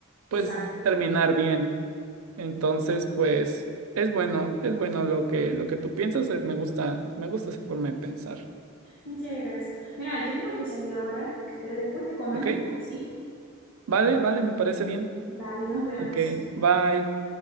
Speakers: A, on the right; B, on the left.
A: pues
B: exacto.
A: terminar bien. Entonces, pues es bueno, es bueno lo que, lo que tú piensas. eh, Me gusta, me gusta esa forma de pensar.
B: Muchas gracias. Mira, yo tengo que salir ahora, pero después te comento
A: ¿Ok?
B: más, ¿sí?
A: Vale, vale, me parece bien.
B: Dale, nos vemos.
A: Ok, bye.